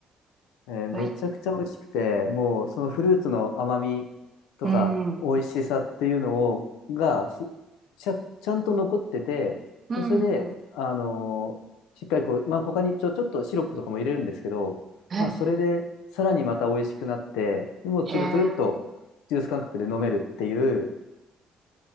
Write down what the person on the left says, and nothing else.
えーめちゃくちゃ美味しくて、
もうそのフルーツの甘みとか美味しさっていうのを、
がすちゃ、ちゃんと残ってて、
で、それで、
あのーしっかりこう、まあ、他にちょ、ちょっとシロップとかも入れるんですけど、
まあ、それでさらにまた美味しくなって、でもうつるつるっとジュース感覚で飲めるっていう